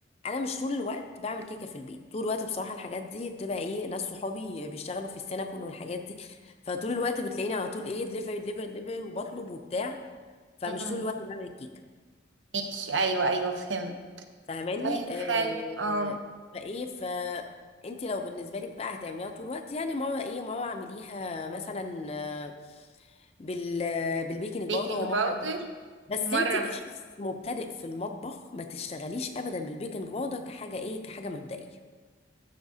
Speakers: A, on the left (about 30°); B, on the right (about 80°).
A: انا مش طول الوقت بعمل كيكه في البيت طول الوقت بصراحه الحاجات دي بتبقى ايه ناس صحابي بيشتغلوا في السينابون والحاجات دي فطول الوقت بتلاقيني على طول ايه دليفري دليفري دليفري وبطلب وبتاع فمش
B: مم.
A: طول الوقت بعمل الكيكه
B: ماشي ايوه ايوه فهمت
A: فاهماني
B: طيب
A: آه
B: حلو اه
A: فايه ف انت لو بالنسبه لك بقى هتعمليها طول الوقت يعني مره ايه مره اعمليها مثلا آه، بال بالبيكنج باودر
B: بيكنج
A: ومره
B: باودر
A: بس
B: ومره
A: انت كشخص
B: مس-
A: مبتدئ في المطبخ ما تشتغليش ابدا بالبيكنج باودر كحاجه ايه كحاجه مبدئيه